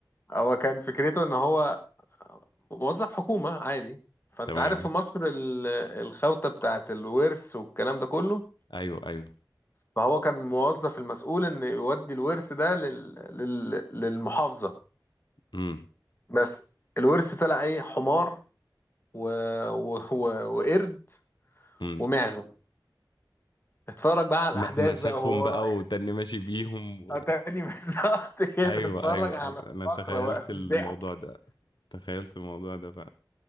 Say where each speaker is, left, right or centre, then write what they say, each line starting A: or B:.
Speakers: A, on the left; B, on the left.
A: هو كان فكرته ان هو موظف حكومة عادي فانت
B: تمام
A: عارف في مصر ال- الخوته بتاعت الورث والكلام ده كله
B: ايوه ايوه
A: فهو كان موظف المسؤول ان يودي الورث ده لل... لل... للمحافظة
B: امم
A: بس الورث طلع ايه حمار و... و... و... وقرد
B: امم
A: ومعزة اتفرج بقى على
B: م-
A: الاحداث
B: مسكهم
A: بقى وهو
B: بقى
A: رايح
B: وتاني ماشي بيهم و...
A: آه، تاني <laughs> بالظبط كده
B: ايوه
A: اتفرج
B: ايوه
A: على
B: ايوه انا
A: الفقرة
B: تخيلت
A: بقى
B: الموضوع
A: الضحك
B: ده تخيلت الموضوع ده فعلا